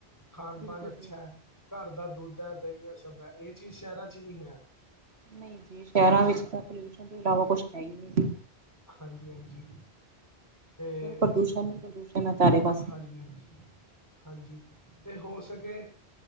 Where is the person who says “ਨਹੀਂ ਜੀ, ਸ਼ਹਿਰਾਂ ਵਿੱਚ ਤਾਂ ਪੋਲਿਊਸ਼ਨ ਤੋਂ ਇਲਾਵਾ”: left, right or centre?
Right